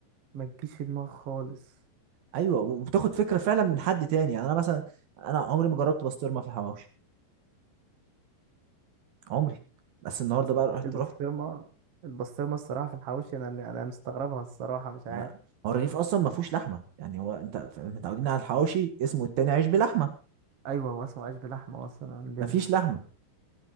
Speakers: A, on the right; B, on the right.
A: ما تجيش في دماغك خالص
B: ايوه وبتاخد فكره فعلا من حد تاني يعني انا مثلا انا عمري ما جربت بسطرمه في الحواوشي عمري بس النهارده
A: بس
B: بقى رحت
A: البسطرمه
B: رحت
A: البسطرمه الصراحه في الحواوشي انا انا مستغربها الصراحه مش عارف
B: ما- هو الرغيف اصلا ما فيهوش لحمه يعني هو انت ف- متعودين على الحواوشي اسمه التاني عيش بلحمه
A: ايوه هو اسمه عيش بلحمه اصلا عندنا
B: ما فيش لحمه